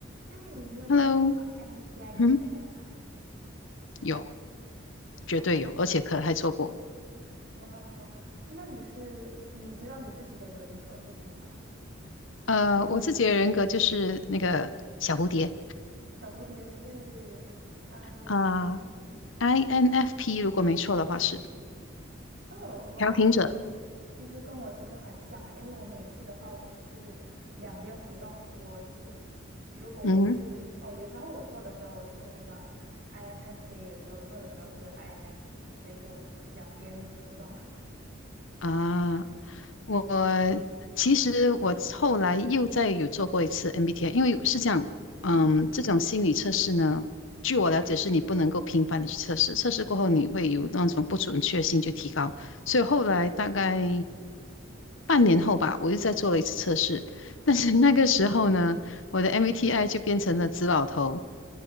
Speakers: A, on the right; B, on the left.
A: 哎，你有听过
B: Hello，
A: MBTI 这个
B: 嗯，
A: test 吗？
B: 有，绝对有，
A: 哦，
B: 而且可能还错过。
A: 哇哦，那你是你知道你自己的人格是什么吗？
B: 呃，我自己的人格就是那个小蝴蝶
A: 小蝴蝶是 I
B: 啊
A: N，
B: ，INFP 如果没错的话是
A: 哦，哇哦，
B: 调停者。
A: 其实跟我其实很像诶，因为我每次的话我是两边浮动，我是如果我是那哦，
B: 嗯哼
A: 有时候我做的时候我是那个 INFJ，有时候做的时候是 INFP，所以就两边浮动。<laughs>
B: 啊，我其实我后来又再有做过一次 MBTI，因为是这样，嗯，
A: 嗯。
B: 这种心理测试呢，据我了解是你不能够频繁的去测试，测试过后你会有那种不准确性就提高，所以后来大概半年后吧，我又再做了一次测试，但是那个时候呢，我的 MBTI 就变成了紫老头，